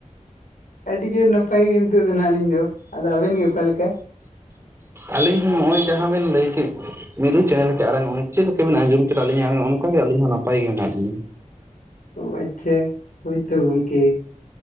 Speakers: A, on the left; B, on the right.
A: ᱟᱹᱰᱤ ᱡᱳᱨ ᱱᱟᱯᱟᱭ ᱜᱮ ᱱᱤᱛᱚᱜ ᱫᱚ ᱱᱟᱦᱟᱜ ᱟᱹᱞᱤᱧ ᱫᱚ ᱾ ᱟᱫᱚ ᱟᱵᱮᱱ ᱜᱮ ᱚᱠᱟᱮ ᱞᱮᱠᱟ?
B: ᱟᱹᱞᱤᱧ ᱦᱚᱸ ᱱᱚᱜᱼᱚᱭ ᱡᱟᱦᱟᱸᱵᱤᱱ ᱞᱟᱹᱭ ᱠᱮᱫ ᱾ ᱢᱤᱨᱩ ᱪᱮᱸᱬᱮ ᱞᱮᱠᱟ ᱟᱲᱟᱝ ᱪᱮᱫ ᱞᱮᱠᱟᱵᱤᱱ ᱟᱸᱡᱚᱢ ᱠᱮᱫᱟᱞᱤᱧ ᱚᱱᱠᱟᱜᱮ ᱟᱹᱞᱤᱧ ᱦᱚᱸ ᱱᱟᱯᱟᱭ ᱜᱮ ᱢᱮᱱᱟᱜ ᱞᱤᱧᱟ ᱾
A: ᱚ ᱟᱪᱷᱟ ᱦᱚᱳᱭ ᱛᱚ ᱜᱚᱢᱠᱮ ᱾